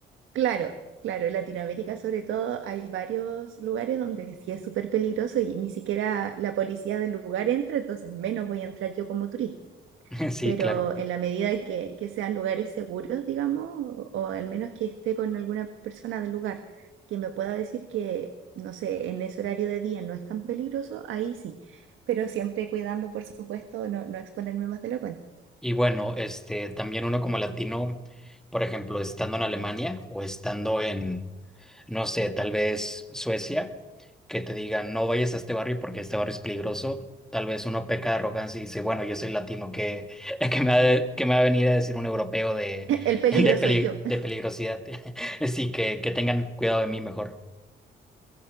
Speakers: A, on the right (about 80°); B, in the centre.
A: Claro. Claro, en Latinoamérica sobre todo hay varios lugares donde sí es súper peligroso y ni siquiera la policía del lugar entra, entonces menos voy a entrar yo como turista.
B: <laughs> Sí,
A: pero
B: claro.
A: en la medida que, que sean lugares seguros, digamos, o, o al menos que esté con alguna persona del lugar que me pueda decir que, no sé, en ese horario de día no es tan peligroso, ahí sí, pero siempre cuidando, por supuesto, no, no exponerme más de la cuenta.
B: Y bueno, este, también uno como latino, por ejemplo, estando en Alemania o estando en no sé, tal vez Suecia, que te digan, no vayas a este barrio porque este barrio es peligroso. Tal vez uno peca de arrogancia y dice, bueno, yo soy latino, que <laughs> que me va, de- qué me va a venir a decir un europeo de,
A: <laughs> El
B: <laughs>
A: peligro
B: de, peli-
A: soy yo. <laughs>
B: de peligrosidad? <laughs> Así que, que tengan cuidado de mí mejor.